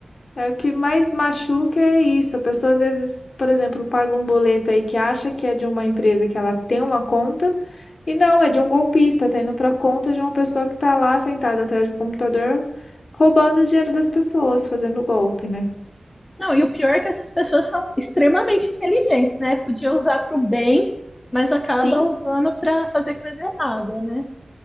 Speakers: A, on the left (about 80°); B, on the left (about 35°).
A: É o que mais machuca é isso. A pessoa às vezes, por exemplo, paga um boleto aí que acha que é de uma empresa que ela tem uma conta e não, é de um golpista, tá indo para conta de uma pessoa que tá lá sentada atrás do computador roubando o dinheiro das pessoas, fazendo golpe, né?
B: Não, e o pior é que essas pessoas são extremamente inteligentes, né? Podia usar para o bem, mas acaba
A: Sim,
B: usando para fazer coisa errada, né?